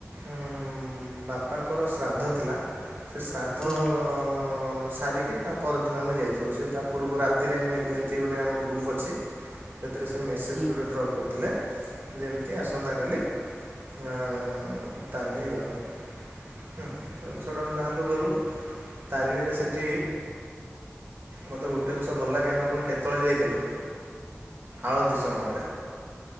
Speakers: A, on the right; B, on the left.
A: ଉଁ ବାପାଙ୍କର ଶ୍ରାଦ୍ଧ ଥିଲା ସେ ଶ୍ରାଦ୍ଧ
B: ଆଜ୍ଞା
A: ଅ ସାରିକି ତା ପରଦିନ ଆମେ ଯାଇଥିଲୁ ସେ ତା ପୂର୍ବ ରାତିରେ ଏମିତି ଏନ୍ତି ଗୋଟେ ଆମ ଗ୍ରୁପ୍ ଅଛି। ସେଥିରେ ସେ ମେସେଜ୍
B: ଆଜ୍ଞା।
A: ଗୋଟେ ଡ୍ରପ୍ କରିଥିଲେ। ଯେନ୍ତି ଆସନ୍ତା କାଲି ଆଁ ତାରିଣୀ ଯିବା ପାଇଁ। ହୁଁ <unintelligible> ସଡ଼ନ ବାହାରିଲୁ ଗଲୁ ତାରିଣୀରେ ସେଠି ମୋତେ ଗୋଟେ ଜିନିଷ ଭଲ ଲାଗେ ଆମେ ପୁଣି କେତେବେଳେ ଯାଇଥିଲୁ।
B: ହୁଁ।
A: ଆଳତିୀ ସମୟରେ